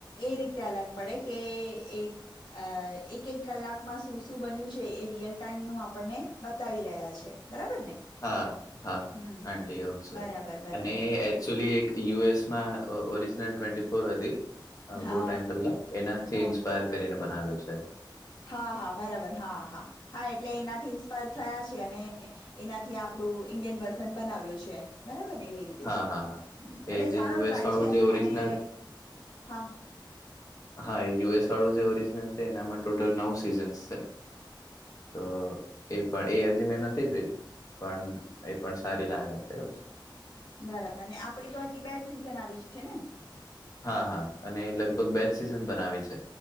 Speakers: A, on the left; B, on the left.
A: એ રીતે અલગ પડે કે એ અ એક એક કલાકમાં શું શું બન્યું છે એ રિયલ ટાઈમનું આપણને બતાવી રહ્યા છે બરાબર ને
B: હા હા
A: હમ હમ
B: આંટી એવું જ છે
A: બરાબર બરાબર
B: અને એ એકચુલી એક યુ એસમાં ઓરિજનલ ટ્વેન્ટી ફોર હતી અ
A: હા
B: બહુ ટાઈમ પેલા એનાથી
A: હા
B: ઇન્સ્પાયર કરીને બનાવ્યું છે
A: હા હા બરાબર હા હા હા એટલે એનાથી ઇન્સ્પાયર થયા છે અને એનાથી આપણું ઈન્ડિયન વર્ઝન બનાવ્યું છે બરાબરને એવી એ રીતે
B: હા,
A: છે એટલે
B: હા, હા. એ જે
A: સારો
B: યુએસ
A: ટ્રાય
B: વાળું
A: છે
B: જે ઓરિજિનલ
A: અને હા
B: હા એ યુ એસ વાળું જે ઓરિજનલ છે એનામાં ટોટલ નવ સીઝન્સ છે તો એ પણ એ હજી મેં નથી જોઈ પણ એ પણ સારી લાગે છે એવું છે
A: બરાબર ને આપણી તો હજી બે જ સિઝન આવી છે ને
B: હા હા અને લગભગ બે જ સિઝન બનાવી છે